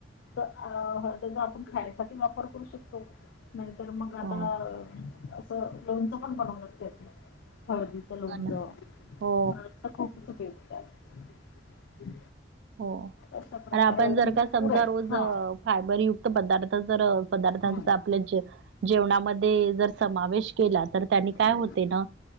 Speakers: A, on the left; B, on the right.
A: त्याचा आपण खाण्यासाठी वापर करू शकतो नाहीतर मग आता
B: हो,
A: असं लोणचं पण बनवण्यात येतंय हळदीचं लोणचं
B: हो ना. हो,
A: हळद तर खूपच उपयुक्त आहे
B: हो
A: अशा प्रकारे
B: आणि आपण
A: अजून
B: जर
A: भरपूर
B: का समजा
A: आहे
B: रोज
A: हा
B: फायबरयुक्त पदार्थ जर पदार्थांचा
A: हम्म
B: आपल्या ज जेवणामध्ये जर समावेश केला तर त्यांनी काय
A: हम्म
B: होते ना